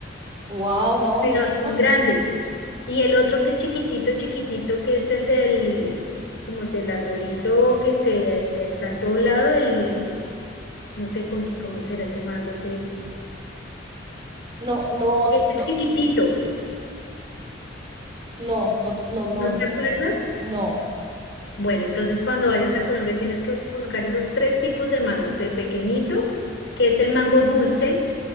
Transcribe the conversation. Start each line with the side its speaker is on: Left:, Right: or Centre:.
Right: Wow, no,
Left: pero
Right: no lo conocí.
Left: son grandes. Y el otro que es chiquitito, chiquitito, que es el del, como el del arbolito que se está en todo lado, el, no sé cómo, cómo será ese mango, es el,
Right: No, no, s-
Left: es el
Right: no.
Left: chiquitito,
Right: No, no, no, no,
Left: ¿no te
Right: no.
Left: acuerdas?
Right: no.
Left: Bueno, entonces cuando vayas a Colombia tienes que buscar esos tres tipos de mangos. El pequeñito, que es el mango dulce,